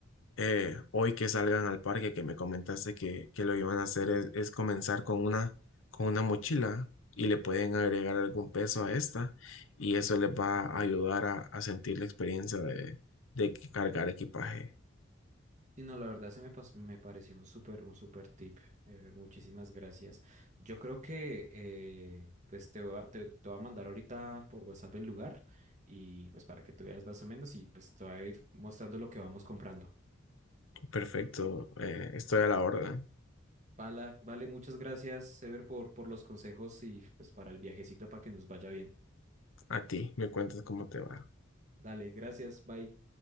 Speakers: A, on the left (about 80°); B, on the right (about 35°).
A: eh, hoy que salgan al parque, que me comentaste que, que lo iban a hacer, es, es comenzar con una, con una mochila y le pueden agregar algún peso a esta y eso les va a ayudar a, a sentir la experiencia de, de cargar equipaje.
B: Y no, la verdad se me, pas- me pareció un súper un súper tip. eh, muchísimas gracias. Yo creo que eh, pues te voy a, te, te voy a mandar ahorita por WhatsApp el lugar y pues para que tú veas más o menos y pues te voy a ir mostrando lo que vamos comprando.
A: Perfecto, eh, estoy a la orden.
B: Vale, vale, muchas gracias, Sever, por, por los consejos y pues para el viajecito para que nos vaya bien.
A: A ti, me cuentas cómo te va.
B: Dale, gracias, bye.